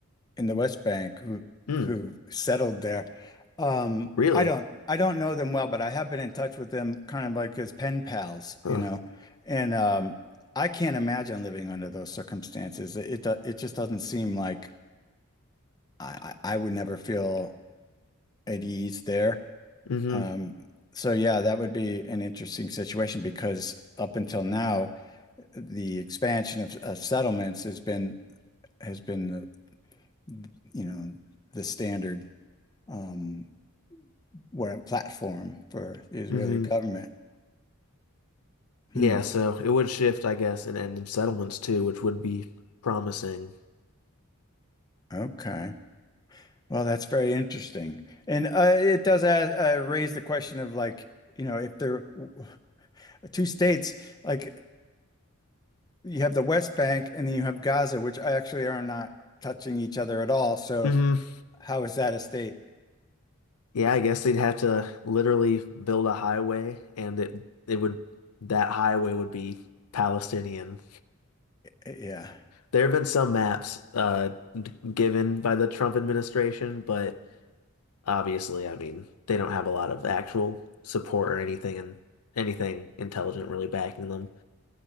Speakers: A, on the left; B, on the left.
A: in the West Bank who
B: Hmm.
A: who settled there. Um,
B: Really?
A: I don't I don't know them well, but I have been in touch with them kind of like as pen pals,
B: Huh.
A: you know. And um, I can't imagine living under those circumstances. It it, do- it just doesn't seem like I I I would never feel at ease there.
B: Mm-hmm.
A: Um, so yeah, that would be an interesting situation because up until now, the expansion of, of settlements has been has been the, you know the standard. Um, weren't platform for the Israeli
B: Mm-hmm.
A: government.
B: Yeah.
A: Hmm.
B: So it would shift, I guess, and end in settlements too, which would be promising.
A: Okay. Well, that's very interesting, and uh, it does add, uh, raise the question of like, you know, if there w- two states, like you have the West Bank and then you have Gaza, which actually are not touching each other at all. So
B: hmm
A: how is that a state?
B: Yeah, I guess they'd have to literally build a highway and it it would that highway would be Palestinian.
A: Yeah.
B: There have been some maps uh d- given by the Trump administration, but obviously, I mean, they don't have a lot of actual support or anything and anything intelligent really backing them.